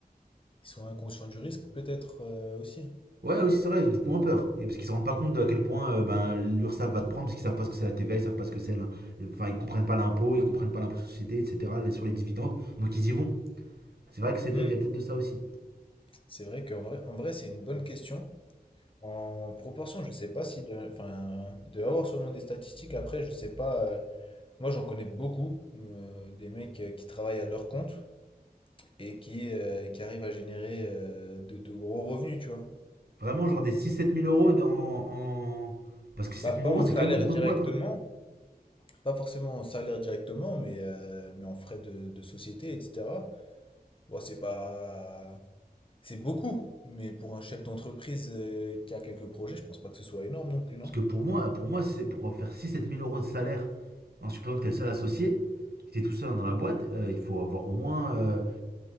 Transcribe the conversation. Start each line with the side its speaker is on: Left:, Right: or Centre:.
Left: Ils sont inconscients du risque, peut-être euh, aussi.
Right: Ouais, aussi c'est vrai, ils ont peut-être moins peur. Et parce qu'ils se rendent pas compte de à quel point euh, ben, l'URSSAF va te prendre, parce qu'ils savent pas ce que c'est la TVA, ils savent pas ce que c'est la- Enfin, ils comprennent pas l'impôt, ils comprennent pas l'impôt sur la société, etc. là, sur les dividendes, donc ils y vont. C'est vrai que c'est peut-être,
Left: Hmm.
Right: il y a peut-être de ça aussi.
Left: C'est vrai qu'en vrai, en vrai, c'est une bonne question. En proportion, je sais pas si de, enfin, il doit y avoir sûrement des statistiques. Après, je sais pas. euh, moi, j'en connais beaucoup euh, des mecs euh, qui travaillent à leur compte et qui, euh, qui arrivent à générer euh, de, de gros revenus, tu vois.
Right: Vraiment, genre des six sept mille euros dans- en... Parce que six sept
Left: Bah, pas
Right: mille euros,
Left: en
Right: c'est
Left: salaire
Right: quand même une grosse
Left: directement,
Right: boîte. hein.
Left: pas forcément en salaire directement, mais, euh, mais en frais de, de société, etc. Bon, c'est pas, c'est beaucoup, mais pour un chef d'entreprise euh, qui a quelques projets, je pense pas que ce soit énorme non plus, non?
Right: Parce que pour moi, pour moi c'est pour faire six sept mille euros de salaire, en supposant que t'es le seul associé, que t'es tout seul dans la boîte, euh, il faut avoir au moins... euh,